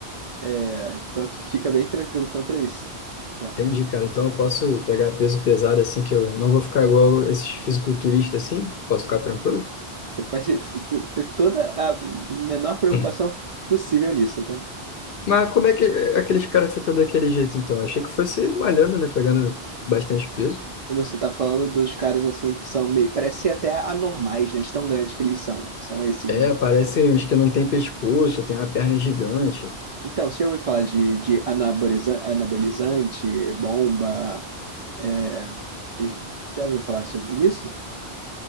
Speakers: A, on the right; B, on the left.
A: É, então fi- fica bem tranquilo contra isso. tá?
B: Entendi, cara. Então eu posso pegar peso pesado, assim, que eu não vou ficar igual esses fisiculturistas, assim. Posso ficar tranquilo.
A: Você pode f- ter toda a menor preocupação
B: Hum.
A: possível nisso, tá?
B: Mas como é que é, aqueles caras ficam daquele jeito, então? Achei que fosse malhando, né? Pegando bastante peso.
A: E Você tá falando dos caras assim que são meio, parecem até anormais, né? De tão grandes que eles são. São esses,
B: É,
A: né?
B: parece uns que não tem pescoço, tem uma perna gigante.
A: Então, você já ouviu falar de, de anaboliza- anabolizante, bomba? é, te- já ouviu falar sobre isso?